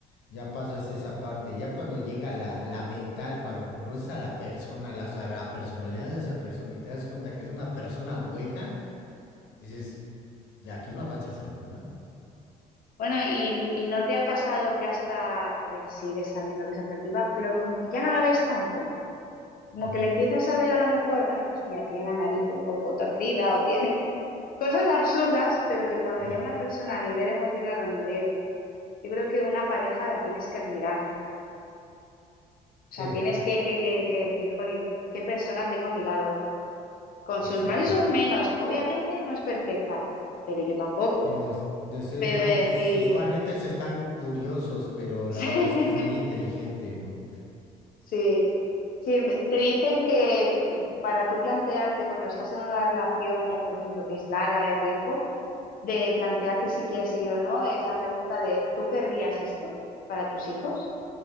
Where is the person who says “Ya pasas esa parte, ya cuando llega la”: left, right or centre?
Left